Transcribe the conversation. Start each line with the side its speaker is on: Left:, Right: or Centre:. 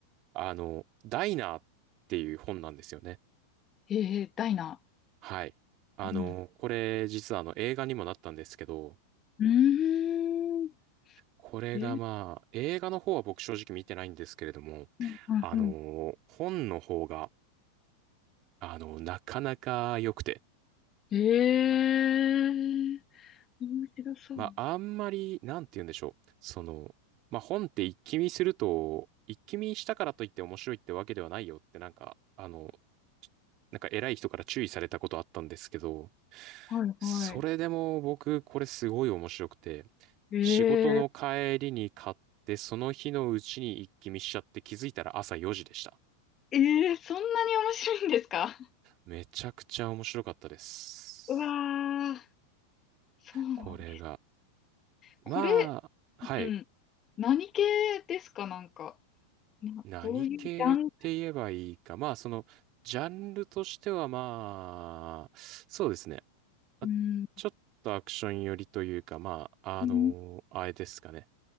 Right: あの、ダイナーっていう本なんですよね。
Left: えー、ダイナ。
Right: はい。あの、
Left: うん。
Right: これ実はあの映画にもなったんですけど、
Left: うーん。
Right: これがまあ、
Left: えー、
Right: 映画の方は僕正直見てないんですけれども、
Left: うんうんうん。
Right: あのー本の方が、あのーなかなか良くて、
Left: えー、面白そう。
Right: まあ、あんまり、なんて言うんでしょう。その、まあ、本って一気見すると、一気見したからといって面白いってわけではないよって、なんか、あの、なんか偉い人から注意されたことあったんですけど、
Left: はいはい。
Right: それでも僕、これすごい面白くて、
Left: えー、
Right: 仕事の帰りに買って、その日のうちに一気見しちゃって気づいたら朝4時でした。
Left: えー、そんなに面白いんですか
Right: めちゃくちゃ面白かったです。
Left: うわー。そうなんだ。
Right: これが。まあ、
Left: これ、
Right: はい。
Left: うん。何系ですか、なんか。な、
Right: 何系って言えばいいか。
Left: どういうジャンル
Right: まあ、その、ジャンルとしてはまあ、そうですね。あちょっとアクション寄りというか、
Left: うん。
Right: まあ、あのあれですかね。
Left: うん、